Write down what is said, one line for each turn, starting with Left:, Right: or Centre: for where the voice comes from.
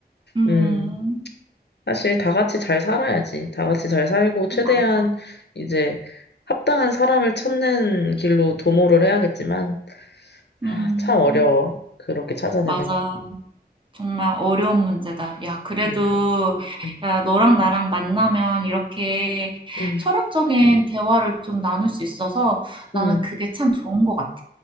Right: 음,
Left: 음. 사실 다 같이 잘 살아야지. 다 같이 잘 살고, 최대한
Right: 맞아.
Left: 이제 합당한 사람을 찾는 길로 도모를 해야겠지만, 아,
Right: 음,
Left: 참 어려워. 그렇게 찾아내는
Right: 맞아. 정말 어려운 문제다. 야, 그래도,
Left: 러니까 음.
Right: 야, 너랑 나랑 만나면 이렇게
Left: 음.
Right: 철학적인 대화를 좀 나눌 수 있어서 나는
Left: 음.
Right: 그게 참 좋은 것 같아.